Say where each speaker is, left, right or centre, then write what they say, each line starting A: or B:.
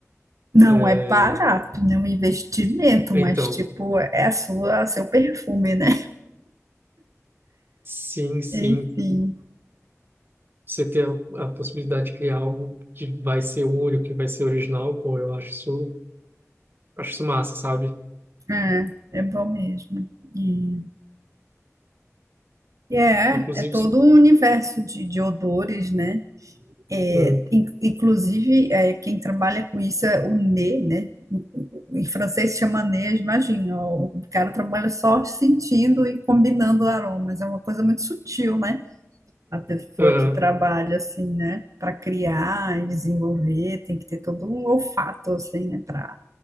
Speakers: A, on the right; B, on the right.
A: Não
B: é,
A: é barato, né? Um investimento,
B: então,
A: mas tipo, é a sua, seu perfume, né?
B: sim, sim.
A: Enfim,
B: Você ter a, a possibilidade de criar algo que vai ser único, que vai ser original, pô, eu acho isso, acho isso massa, sabe?
A: é, é bom mesmo. E, e é,
B: Inclusive,
A: é todo
B: se...
A: um universo de, de odores, né? É,
B: Hum,
A: in- inclusive, é, quem trabalha com isso é o nez, né? Em francês se chama nez, imagina, o o cara trabalha só sentindo e combinando aromas, é uma coisa muito sutil, né? A pessoa
B: aham,
A: que trabalha assim, né, para criar e desenvolver, tem que ter todo um olfato assim, né, para